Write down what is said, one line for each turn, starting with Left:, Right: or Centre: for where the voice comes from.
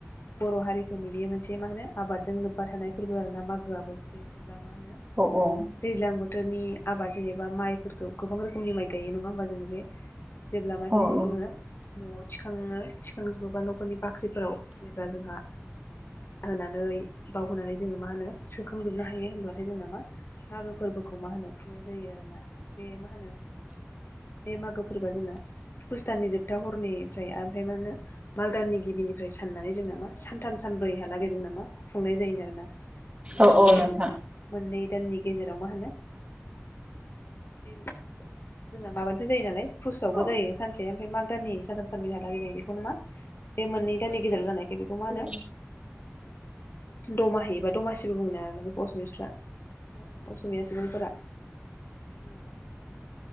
Left: बर' हारिफोरनि बेयो मोनसे मा होनो आबादजों लोब्बा थानाय फोरबो आरोना मागोआबो बे जेब्ला मा होनो
Right: औ औ
Left: दैज्लां बोथोरनि आबाद जेनेबा माइफोरखौ गोबां रोखोमनि माइ गायो नङा होमबा जोङो बे जेब्ला माइफोरखौ
Right: औ
Left: जोङो न'आव थिखाङो थिखांजोबो बा न'खरनि बाख्रिफोराव जेनेबा जोंहा होनानै बाव होनानै जोङो मा होनो सोखांजोबनो हायो होनब्लाथाय जोंना मा मागो फोरबोखौ मा होनो खुंनाय जायो आरोना बे मा होनो बे मागो फोरबोआ जोंना फुस दाननि जोबथा हरनिफ्राय ओमफ्राय मा होनो माग दाननि गिबिनि ओमफ्राय साननानै जोंना मा सानथाम सानब्रैहालागै जोंनामा खुंनाय जायो आरोना जोंना
Right: औ औ
Left: बे
Right: नोंथां
Left: मोननै दाननि गेजेराव मा होनो बे जोंना माबानिफ्राय जायो नालाय फुसआवबो
Right: औ
Left: जायो सानसे ओमफ्राय माग दाननि साथाम सानब्रैहालागै जायो बेखौनो मा बे मोननै दाननि गेजेराव जानायखाय बेखौ मा होनो
Right: <inaudible>
Left: दमाहिबा बा दमासिबो बुङोना बेखौ असमियाफ्रा मा होनो असमिया सुबुंफोरा जोंना मा होनो